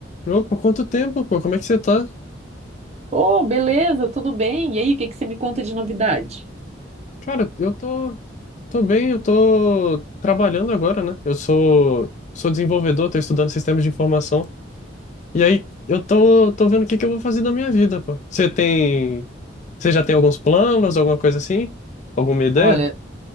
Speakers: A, on the left; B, on the right.
A: Opa, quanto tempo, pô? Como é que você tá?
B: Oh, beleza, tudo bem? E aí, o que que você me conta de novidade?
A: Cara, eu tô, tô bem, eu tô trabalhando agora, né? Eu sou, sou desenvolvedor, tô estudando sistemas de informação. E aí, eu tô, tô vendo o que que eu vou fazer da minha vida, pô. Você tem, você já tem alguns planos, alguma coisa assim? Alguma ideia?
B: Olha,